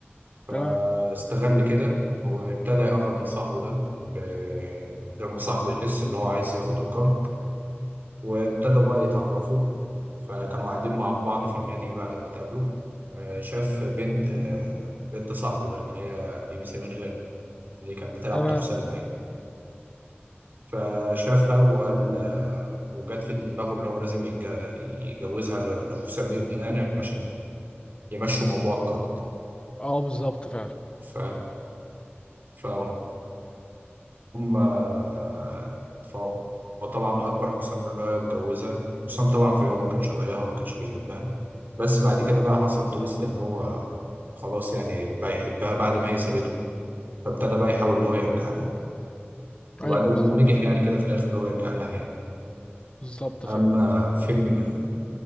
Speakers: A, on the right; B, on the left.
A: فاستغل
B: تمام
A: كده وابتدى يقرب من صاحبه ده ب- من غير ما صاحبه يحس اللي هو عايز ياخد القرض وابتدوا بقى يتعرفوا فكانوا قاعدين مع بعض في النادي بعد ما اتقابلوا آه، شاف بنت آه، بنت صاحبه ده اللي هي إيمي سمير غانم اللي كانت بتلعب
B: تمام
A: دور سلمى يعني فشافها وقال آه، وجت في دماغه اللي هو لازم يتج- يجوزها ل- لحسام ابنه يعني عشان يمشوا موضوع الكارد
B: اه بالظبط فعلا
A: ف... فهم آه، فهو طبعا أكبر حسام اللي هي اتجوزها حسام طبعا في الأول ما كانش طايقها وما كانش بيحبها بس بعد كده بقى حصل تويست إن هو خلاص يعني بقى يحبها بعد ما هي سابته فابتدى بقى يحاول اللي هو يرجع لها وبعد
B: ايوه
A: ونجح
B: بالظبط فعلا
A: يعني كده في الآخر اللي هو يرجع لها يعني.
B: بالظبط فعلا
A: أما فيلم